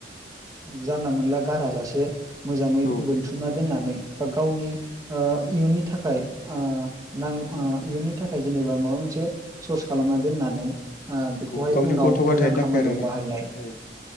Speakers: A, on the right; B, on the left.
A: जानला मोनला गारा जासे मोजाङै
B: औ
A: बोनथुमना दोननानै बा गावनि ओ इयुननि थाखाय ओ नांगौ ओ इयुननि थाखाय जेनेबा माबा मोनसे सर्स खालामना दोननानै ओ बेखौहाय
B: गावनि
A: उनाव
B: गथ' गथायनि
A: मोजां
B: थाखाय
A: खामानियाव
B: आरोना
A: बाहायनाय।
B: औ